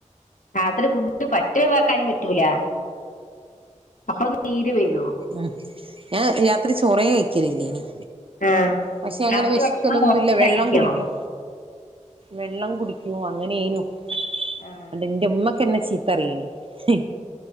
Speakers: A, on the left; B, on the right.
A: രാത്രി ഫുഡ് പറ്റ ഒഴിവാക്കാനും പറ്റ റ്റൂല്ല അപ്പൊ നീര് വരും
B: ആ ഞാൻ രാത്രി ചോറേ കഴിക്കലില്ലിനിം
A: ആഹ്
B: പക്ഷെ അങ്ങനെ
A: രാത്രി
B: വെശക്കലൊന്നുയില്ല
A: ഭക്ഷണം കൊറച്ച്
B: വെള്ളം
A: കഴിക്കണം
B: കുടിക്കും വെള്ളം കുടിക്കും അങ്ങനെനും
A: ആഹ്
B: അത് എന്റെ ഉമ്മ ഇപ്പൊ എന്നെ ചീത്തറിയാണ് ഹ്